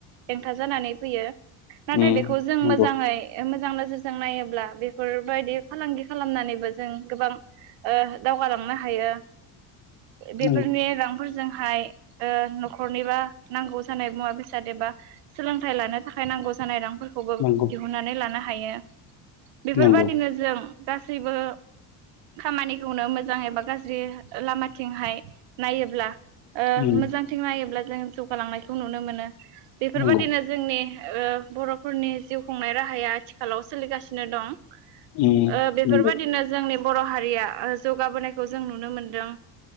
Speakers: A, on the right; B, on the left.
A: हेंथा जानानै फैयो नाथाय
B: उम
A: बेखौ जों
B: नंगौ
A: मोजाङै मोजां नोजोरजों नायोब्ला बे बेफोरबायदि फालांगि खालामनानैबो जों गोबां ओ दावगालांनो हायो। बेफोरनि
B: नंगौ
A: रांफोरजों थाखाय ओ न'खरनिबा नांगौ जानाय मुवा बेसाद एबा सोलोंथाइ लानो थाखाय नांगौ जानाय रां फोरखौबो
B: नंगौ
A: दिहुननानै लानो हायो बेफोरबायदिनो
B: नंगौ
A: जों गासैबो खामानिखौनो मोजां एबा गाज्रि लामाथिंहाय नायोब्ला ओ
B: उम
A: मोजांथिं नायोब्ला जों जौगालांनायखौ नुनो मोनो बेफोरबायदिनो
B: नंगौ
A: जोंनि ओ बर'फोरनि जिउ खुंनाय राहाया आथिखालाव सोलिगासिनो दं। ओ
B: उम
A: बेफोरबायदिनो
B: नंगौ
A: जोंनि बर' हारिया जौगाबोनायखौ जों नुनो मोनदों